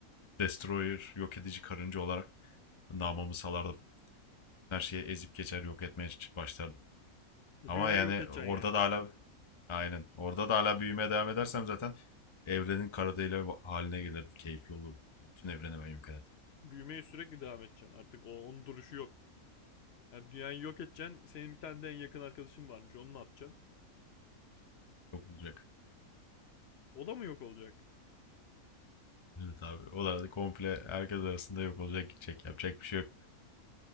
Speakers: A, on the left (about 25°); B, on the left (about 50°).
A: destroyer, yok edici karınca olarak namımı salardım. Her şeyi ezip geçer, yok etmeye başlardım.
B: E,
A: Ama
B: Dünyayı
A: yani
B: yok edeceksin
A: orada
B: yani.
A: da hala aynen. Orada da hala büyümeye devam edersem zaten evrenin kara delik haline gelirdim. Keyifli olurdu. Bütün evreni ben yok ederdim.
B: Büyümeye sürekli devam edeceksin. Artık o, onun duruşu yok. Yani dünyayı yok edeceksin. Senin bir tane de en yakın arkadaşın varmış. Onu ne yapacaksın?
A: Yok olacak.
B: O da mı yok olacak?
A: Evet abi. O da komple herkes arasında yok olacak gidecek. Yapacak bir şey yok.